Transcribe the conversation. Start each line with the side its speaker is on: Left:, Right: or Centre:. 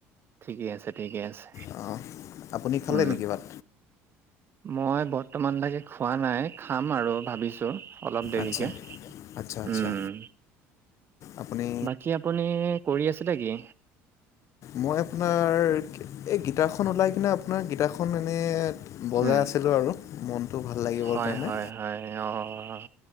Right: ঠিকে আছে, ঠিকে আছে।
Left: অ' আপুনি খালে
Right: উম,
Left: নেকি ভাত?
Right: মই বৰ্তমান লকে খোৱা নাই খাম আৰু ভাবিছো। অলপ দেৰিকে
Left: আচ্ছা আচ্ছা আচ্ছা
Right: উম
Left: আপুনি
Right: বাকী আপুনি? কৰি আছিলে কি?
Left: মই আপোনাৰ এই গীটাৰখন ওলাই কিনে আপোনাৰ গীটাৰখনন এনে বজাই
Right: উম,
Left: আছিলো আৰু মনটো ভাল লাগিবৰ
Right: হয়,
Left: কাৰণে।
Right: হয়, হয়, অ'